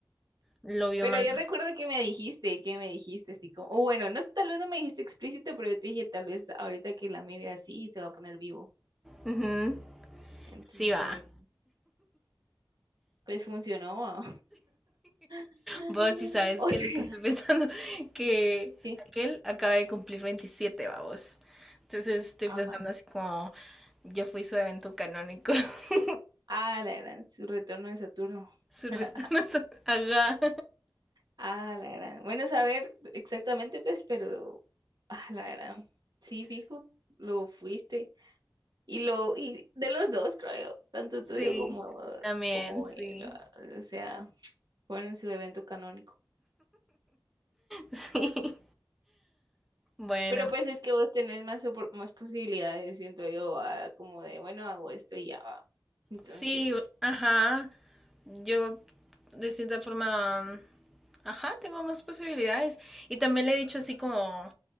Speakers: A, in the centre; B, on the right (about 70°).
A: lo vio
B: Pero
A: más.
B: yo recuerdo que me dijiste, que me dijiste así como, o bueno, no, tal vez no me dijiste explícito, pero yo te dije, tal vez ahorita que la mire así se va a poner vivo.
A: Ujú,
B: Entonces,
A: Sí va.
B: eh, pues funcionó. <laughs>
A: Vos sí sabes
B: O
A: que
B: sea,
A: lo que estoy pensando, <laughs> que
B: ¿qué?
A: aquel acaba de cumplir 27, vamos. Entonces estoy
B: Ajá.
A: pensando así como yo fui su evento canónico, <laughs>
B: Ah, la gran, su retorno de Saturno.
A: su
B: <laughs>
A: retorno a su- Ajá,
B: Ah, la gran. Bueno, saber exactamente, pues, pero, ah, la gran. Sí, fijo, lo fuiste. Y lo, y de los dos, creo yo, tanto tuyo
A: sí,
B: como,
A: también,
B: como,
A: sí,
B: el, o sea, fueron su evento canónico.
A: <laughs> sí. Bueno,
B: Pero pues es que vos tenés más, opor- más posibilidades, siento yo, ah, como de, bueno, hago esto y ya va. Entonces,
A: sí, ajá, yo de cierta forma, ajá, tengo más posibilidades. Y también le he dicho así como...